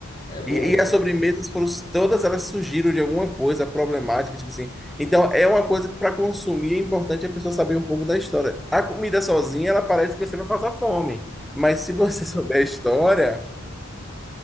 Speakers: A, on the left; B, in the centre.
A: é bom,
B: E, e as sobremesas
A: né?
B: foram, todas elas surgiram de alguma coisa problemática, tipo assim. Então é uma coisa que para consumir é importante a pessoa saber um pouco da história. A comida sozinha, ela parece que você vai passar fome, mas se você <laughs> souber a história,